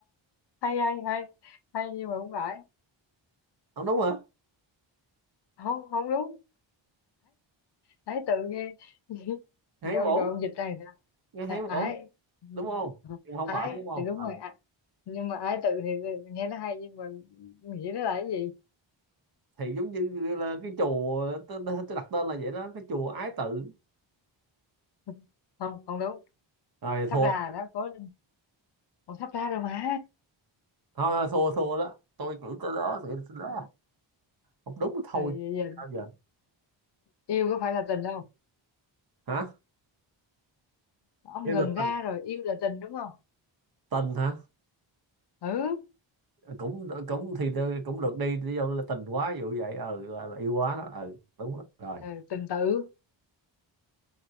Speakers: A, on the left (about 55°); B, on the right (about 50°).
A: Hay hay hay hay nhưng mà không phải.
B: không đúng hả
A: Không, không đúng. ấy tự nghe <laughs>
B: hay
A: Dạ,
B: bổ
A: rồi ông dịch ra người
B: nghe hay
A: à, ái
B: bổ
A: Ừ,
B: đúng không Nhưng không
A: ái
B: phải đúng không
A: thì đúng
B: Ờ.
A: rồi à. nhưng mà ái tự thì nghe nó hay nhưng mà nghĩ nó là cái gì
B: thì giống như là cái chùa tôi, tôi tôi đặt tên là vậy đó cái chùa ái tự
A: <laughs> không không đúng
B: rồi
A: sắp
B: thua
A: ra rồi đó có còn sắp ra rồi mà
B: thôi thôi thua thua đó tôi nghĩ tới đó nghĩ tới đó không đúng thì thôi
A: rồi giờ
B: sao giờ
A: yêu có phải là tình đâu
B: hả
A: ông
B: yêu
A: gần
B: là
A: ra
B: tình
A: rồi yêu là tình đúng không
B: tình hả
A: ừ,
B: cũng cũng thì tôi cũng được đi đi đâu là tình quá ví dụ vậy ừ là, là yêu quá đó ừ đúng đó. rồi
A: ừ tình tự